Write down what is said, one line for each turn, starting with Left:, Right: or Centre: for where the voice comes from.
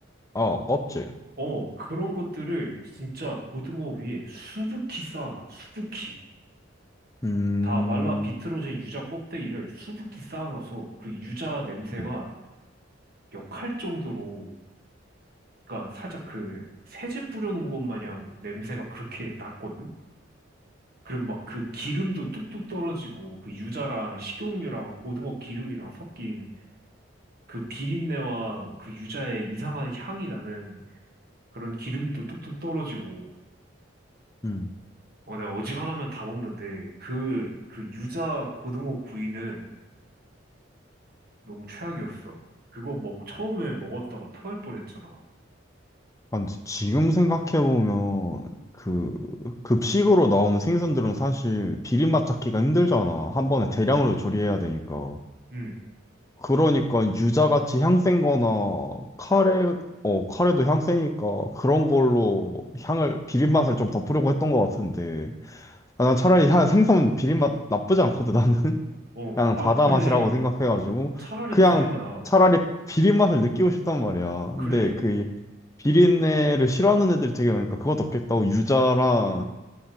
Left: 어, 껍질.
Right: 어, 그런 것들을 진짜 고등어 위에 수북히 쌓아놔. 수북히.
Left: 음,
Right: 다 말라 비틀어진 유자 껍데기를 수북히 쌓아놔서 그 유자 냄새가
Left: 음,
Right: 역할 정도로 그러니까 살짝 그 세제 뿌려놓은 것 마냥 냄새가 그렇게 났거든? 그리고 막 그 기름도 뚝뚝 떨어지고 그 유자랑 식용유랑 고등어 기름이랑 섞인 그 비린내와 그 유자의 이상한 향이 나는 그런 기름도 뚝뚝 떨어지고
Left: 음.
Right: 어, 내가 어지간하면 다 먹는데 그, 그 유자 고등어 구이는 너무 최악이었어. 그거 먹, 처음에 먹었다가 토할 뻔했잖아.
Left: 아, 근데 지금 생각해보면, 그, 급식으로 나오는 생선들은 사실 비린맛 잡기가 힘들잖아. 한 번에 대량으로 조리해야 되니까.
Right: 응,
Left: 그러니까 유자같이 향센 거나 카레, 어, 카레도 향 세니까 그런 걸로 향을, 비린맛을 좀 덮으려고 했던 것 같은데. 아, 난 차라리 향- 생선 비린맛 나쁘지 않거든, 나는.
Right: 어,
Left: 그냥
Right: 아,
Left: 바다
Right: 그래.
Left: 맛이라고 생각해가지고
Right: 차라리
Left: 그냥
Right: 그게 나.
Left: 차라리 비린 맛을 느끼고 싶단 말이야.
Right: 그래.
Left: 근데 그 비린내를 싫어하는 애들이 되게 많으니까 그것도 없겠다고 유자랑